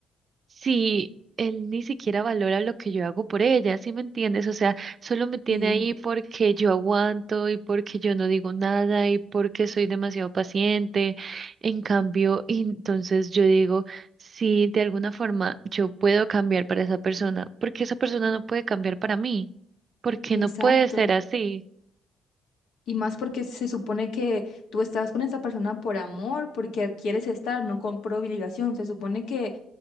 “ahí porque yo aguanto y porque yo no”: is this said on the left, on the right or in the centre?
Right